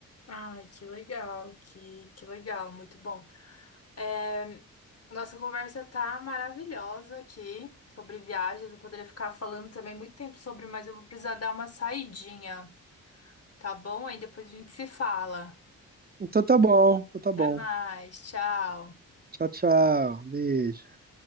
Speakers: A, on the left; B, on the right.
A: Ai, que legal, que, que legal, muito bom. É, nossa conversa tá maravilhosa aqui sobre viagens. Eu poderia ficar falando também muito tempo sobre, mas eu vou precisar dar uma saidinha, tá bom? Aí depois a gente se fala.
B: Então tá bom, então tá bom.
A: Até mais, tchau.
B: Tchau, tchau. Beijo.